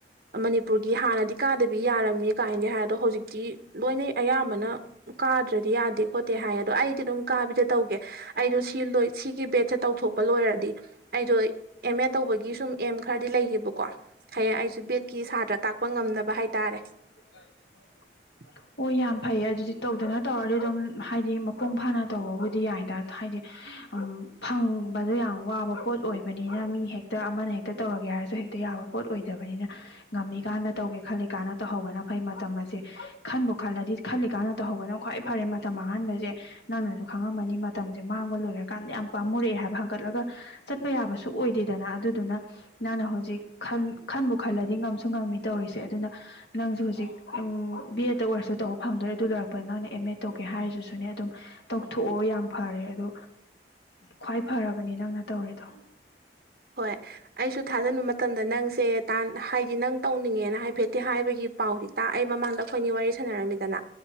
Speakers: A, on the right (about 55°); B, on the left (about 75°).
A: ꯃꯅꯤꯄꯨꯔꯒꯤ ꯍꯥꯟꯅꯗꯤ ꯀꯥꯗꯕꯤ ꯌꯥꯔꯝꯃꯦ ꯀꯥꯏꯅꯗꯤ ꯍꯥꯏꯗꯣ ꯍꯧꯖꯤꯛꯇꯤ ꯂꯣꯏꯅ ꯑꯌꯥꯝꯕꯅ ꯀꯥꯗ꯭ꯔꯗꯤ ꯌꯥꯗꯦ ꯈꯣꯠꯇꯦ ꯍꯥꯏ ꯑꯗꯣ ꯑꯩꯗꯤ ꯑꯗꯨꯝ ꯀꯥꯕꯤꯗ ꯇꯧꯒꯦ ꯑꯩꯗꯣ ꯁꯤ ꯂꯣꯏ ꯁꯤꯒꯤ ꯕꯦꯠꯁꯦ ꯇꯧꯊꯣꯛ ꯄ ꯂꯣꯏꯔꯗꯤ ꯑꯩꯗꯣ ꯑꯦꯝ ꯑꯦ ꯇꯧꯕꯒꯤ ꯁꯨꯝ ꯑꯦꯝ ꯈꯔꯗꯤ ꯂꯩꯌꯦꯕꯀꯣ ꯍꯌꯦꯡ ꯑꯩꯁꯨ ꯕꯦꯠꯀꯤ ꯁꯥꯇ꯭ꯔ ꯇꯥꯛꯄ ꯉꯝꯅꯕ ꯍꯥꯏꯇꯥꯔꯦ
B: ꯥ <unintelligible>
A: <unintelligible>
B: ꯑꯣ ꯌꯥꯝ ꯐꯩꯌꯦ ꯑꯗꯨꯗꯤ ꯇꯧꯗꯅ ꯇꯧꯔꯗꯤ ꯑꯗꯨꯝ ꯍꯥꯏꯗꯤ ꯃꯄꯨꯡ ꯐꯥꯅ ꯇꯧꯕꯕꯨꯗꯤ ꯌꯥꯏꯗ ꯍꯥꯏꯗꯤ ꯎꯝ ꯐꯪꯕꯗꯨ ꯌꯥꯝ ꯋꯥꯕ ꯄꯣꯠ ꯑꯣꯏꯕꯅꯤꯅ ꯃꯤ ꯍꯦꯛꯇ ꯑꯃꯅ ꯍꯦꯛꯇ ꯇꯧꯔꯒꯦ ꯍꯥꯏꯔꯁꯨ ꯍꯦꯛꯇ ꯇ ꯌꯥꯕ ꯄꯣꯠ ꯑꯣꯏꯗꯕꯅꯤꯅ ꯉꯝꯃꯤꯀꯥꯟꯗ ꯇꯧꯒꯦ ꯈꯜꯂꯤꯀꯥꯟꯅ ꯇꯧꯍꯧꯕꯅ ꯐꯩ ꯃꯇꯝ ꯑꯁꯦ ꯈꯟꯕꯨ ꯈꯜꯂꯗꯤ ꯈꯜꯂꯤꯀꯥꯟꯅ ꯇꯧꯍꯧꯕꯅ ꯈ꯭ꯋꯥꯏ ꯐꯔꯦ ꯃꯇꯝ ꯃꯥꯡꯍꯟꯕꯁꯦ ꯅꯪꯅꯁꯨ ꯈꯪꯉꯝꯃꯅꯤ ꯃꯇꯝꯁꯦ ꯃꯥꯡꯕ ꯂꯣꯏꯔ ꯀꯥꯟꯗ ꯌꯥꯝ ꯄꯥꯝꯃꯨꯔꯛꯑꯦ ꯍꯥꯏꯕ ꯍꯪꯒꯠꯂꯒ ꯆꯠꯄ ꯌꯥꯕꯁꯨ ꯑꯣꯏꯗꯦꯗꯅ ꯑꯗꯨꯗꯨꯅ ꯅꯪꯅ ꯍꯧꯖꯤꯛ ꯈꯟꯕꯨ ꯈꯜꯂꯗꯤ ꯉꯝ ꯉꯝꯃꯤ ꯇꯧꯔꯤꯁꯦ ꯑꯗꯨꯅ ꯅꯪꯁꯨ ꯍꯧꯖꯤꯛ ꯕꯤ ꯑꯦꯗꯠꯇ ꯑꯣꯔꯁꯁꯨ ꯇꯧꯕ ꯐꯪꯗꯣꯔꯦ ꯑꯗꯨ ꯂꯣꯏꯔꯛꯄꯗ ꯅꯪꯅ ꯑꯦꯝ ꯑꯦꯗ ꯇꯧꯒꯦ ꯍꯥꯏꯔꯤꯗꯨꯁꯨꯅꯦ ꯑꯗꯨꯝ ꯇꯧꯊꯣꯛꯑꯣ ꯌꯥꯝ ꯐꯔꯦ ꯑꯗꯣ ꯈ꯭ꯋꯥꯏ ꯐꯔꯕꯅꯤ ꯅꯪꯅ ꯇꯧꯔꯤꯗꯣ
A: ꯍꯣꯏ ꯑꯩꯁꯨ ꯊꯥꯖꯤꯟꯕ ꯃꯇꯝꯗ ꯅꯪꯁꯦ ꯇꯥꯟ ꯍꯥꯏꯗꯤ ꯅꯪ ꯇꯧꯅꯤꯡꯉꯦꯅ ꯍꯥꯏꯐꯦꯠꯇꯦ ꯍꯥꯏꯕꯒꯤ ꯄꯥꯎꯗꯤ ꯇꯥꯛꯑꯦ ꯃꯃꯥꯡꯗ ꯑꯩꯈꯣꯏꯅꯤ ꯋꯥꯔꯤ ꯁꯥꯟꯅꯔꯝꯃꯤꯗꯅ